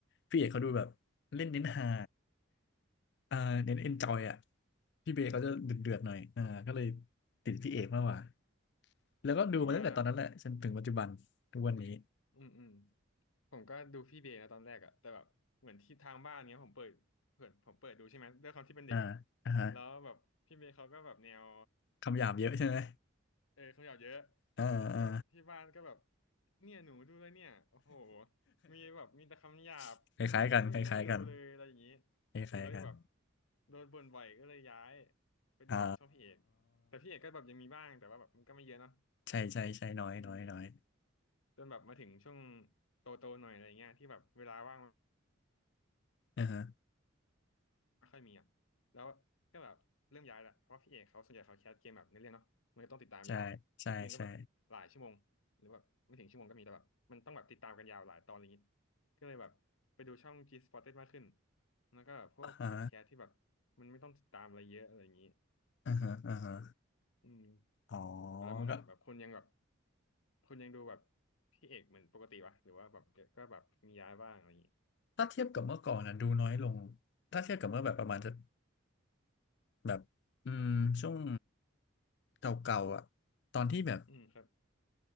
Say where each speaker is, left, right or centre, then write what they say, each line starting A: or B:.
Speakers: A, on the left; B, on the left.
A: พี่เอกเขาดูแบบเล่นเน้นฮาอ่าเน้นเอนจอยอ่ะพี่เบย์เขาจะเดือดเดือดหน่อยอ่าก็เลย
B: อืม
A: ติดพี่เอกมากกว่าแล้วก็ดูมาตั้งแต่ตอนนั้นแหละจนถึงปัจจุบันทุกวันนี้
B: ผมก็อืมอืมผมก็ดูพี่เบย์นะตอนแรกอะแต่แบบเหมือนที่ทางบ้านเนี้ยผมเปิดเปิดผมเปิดดูใช่ไหมด้วยความที่เป็นเด็กอะ
A: อ่าอ่าฮะ
B: แล้วแบบพี่เบย์เขาก็แบบแนว
A: คำหยาบเยอะใช่ไหม
B: เออขยับเยอะ
A: อ่าอ่า
B: แล้วที่แบบที่บ้านก็แบบเนี่ยหนูดูแล้วเนี่ยโอ้โหมีแบบมีแต่คำหยาบไม่ไม่น่าดูเลยอะไรอย่างนี้
A: <laughs> คล้ายๆกันคล้ายๆกันคล้ายๆกัน
B: ผมก็เลยแบบโดนบ่นบ่อยก็เลยย้ายไปดูแบบช่องพี่เอก
A: อ๋อ
B: แต่พี่เอกก็แบบยังมีบ้างแต่ว่าแบบมันก็ไม่เยอะเนาะ
A: ใช่ใช่ใช่น้อยน้อยน้อย
B: อืมจนแบบมาถึงช่วงโตๆหน่อยอะไรเงี้ยที่แบบเวลาว่าง
A: อ่าฮะ
B: ไม่ค่อยมีอ่ะแล้วก็แบบเริ่มย้ายแหละเพราะว่าพี่เอกเขาส่วนใหญ่เขาแคสเกมแบบในเรื่องเนาะมันก็ต้องติดตามยาวอ่ะคลิปหนึ่งก็แบบหลายชั่วโมงหรือแบบไม่ถึงชั่วโมงก็มีแต่แบบมันต้องแบบติดตามกันยาวหลายตอนอะไรอย่างงี้
A: ใช่ใช่ใช่
B: ก็เลยแบบไปดูช่อง G Sported มากขึ้นแล้วก็แบบพวกพอดแคสต์ที่แบบมันไม่ต้องติดตามอะไรเยอะอะไรอย่างงี้
A: อ่าฮะ อ่าฮะอ่าฮะ
B: อืม
A: อ๋อ
B: แล้วมึงแบบคุณยังแบบ
A: ก็
B: คุณยังดูแบบพี่เอกเหมือนปกติวะหรือว่าแบบก็แบบมีย้ายบ้างอะไรอย่างงี้
A: ถ้าเทียบกับเมื่อก่อนนะดูน้อยลงถ้าเทียบกับเมื่อแบบประมาณจะแบบอืมช่วงเก่าๆอ่ะตอนที่แบบ
B: อืมครับ